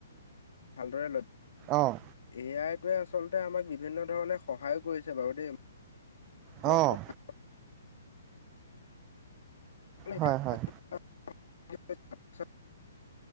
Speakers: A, on the left (about 70°); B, on the right (about 25°).
A: ভালদৰে লক্ষ্য,
B: অঁ
A: এ আইটোৱে আচলতে আমাক বিভিন্ন ধৰণে সহায়ো কৰিছে বাৰু দেই।
B: অঁ,
A: মই সহায় <inaudible>
B: হয় হয়
A: <unintelligible>